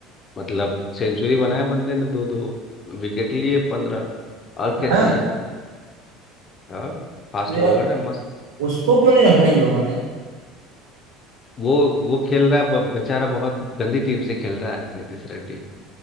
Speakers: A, on the left; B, on the right.
A: मतलब सेंचुरी बनाया बंदे ने दो दो विकेट लिए पंद्रह और क्या
B: हाँ
A: चाहिए हाँ फास्ट
B: तो यार
A: बॉलर है मस्त
B: उसको क्यों नहीं रखा इन लोगों ने यार?
A: वो वो खेल रहा है ब- बेचारा बहुत गंदी टीम से खेल रहा है नीतीश रेड्डी